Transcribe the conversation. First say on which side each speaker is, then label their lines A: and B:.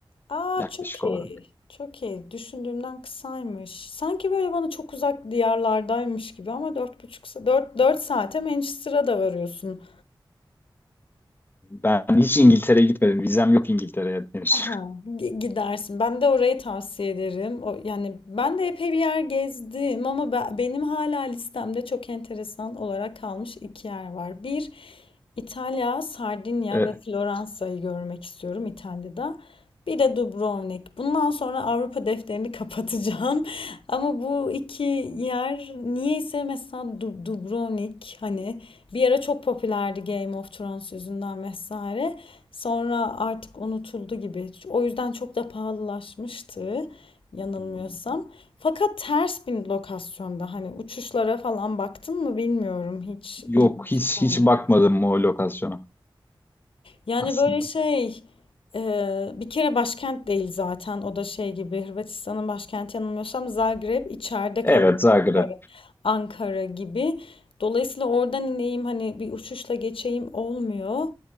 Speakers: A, on the left; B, on the left.
A: Aa
B: yaklaşık
A: çok iyi.
B: olarak.
A: Çok iyi. Düşündüğümden kısaymış. Sanki böyle bana çok uzak diyarlardaymış gibi ama dört buçuk saat, dört, dört saate Manchester'a da varıyorsun.
B: Ben hiç İngiltere'ye gitmedim. Vizem yok İngiltere'ye henüz.
A: Aha,
B: <laughs>
A: gi- gidersin. Ben de orayı tavsiye ederim. O, yani ben de epey bir yer gezdim ama be- benim hala listemde çok enteresan olarak kalmış iki yer var. Bir, İtalya, Sardinya
B: E,
A: ve Floransa'yı görmek istiyorum İtalya'da. Bir de Dubrovnik. Bundan sonra Avrupa defterini <laughs> kapatacağım. Ama bu iki yer niyeyse mesela Du- Dubrovnik hani bir ara çok popülerdi Game of Thrones yüzünden vesaire. Sonra artık unutuldu gibi. O yüzden çok da pahalılaşmıştı yanılmıyorsam.
B: Hmm,
A: Fakat ters bir lokasyonda hani uçuşlara falan baktın mı bilmiyorum. Hiç
B: yok
A: ilgimi
B: hiç
A: çeken
B: hiç bakmadım o lokasyona
A: yani
B: aslında.
A: böyle şey e, bir kere başkent değil zaten o da şey gibi Hırvatistan'ın başkenti yanılmıyorsam Zagreb içeride
B: Evet
A: kalıyor
B: Zagreb.
A: Ankara Ankara gibi. Dolayısıyla oradan ineyim hani bir uçuşla geçeyim olmuyor.